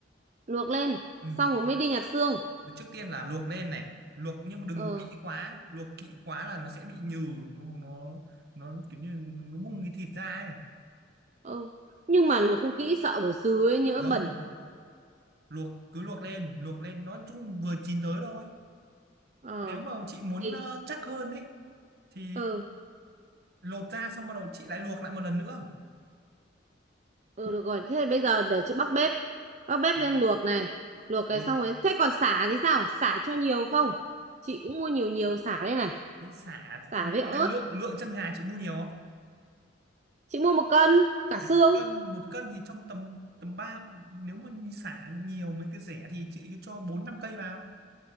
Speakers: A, on the right; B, on the right.
A: luộc lên
B: ừ.
A: xong rồi mới đi nhặt xương
B: trước tiên là luộc lên này luộc nhưng mà đừng
A: ờ
B: có kỹ quá luộc kỹ quá là nó sẽ bị nhừ nó nó nó kiểu như nó bung cái thịt ra ấy
A: ờ nhưng mà luộc không kỹ sợ bỏ xứ ấy nhỡ
B: không
A: bẩn
B: luộc cứ luộc lên luộc lên nó chung vừa chín tới thôi
A: ờ
B: nếu mà chị muốn
A: thì
B: ờ, chắc hơn ấy thì
A: ờ
B: lột ra xong bắt đầu chị lại luộc lại một lần nữa
A: ờ được rồi thế bây giờ để chị bắc bếp bắc bếp
B: Ừ,
A: lên luộc này luộc
B: luộc
A: cái xong rồi thế còn sả thì sao sả cho nhiều không chị cũng mua nhiều nhiều sả đây này
B: thì xả nhưng
A: sả với
B: mà
A: ớt
B: cái lượng lượng chân gà chị mua nhiều không
A: chị mua một cân cả
B: một
A: xương
B: cân một cân thì trong tầm tầm ba nếu mà xả nhiều mấy cái rẻ thì chị cho bốn năm cây vào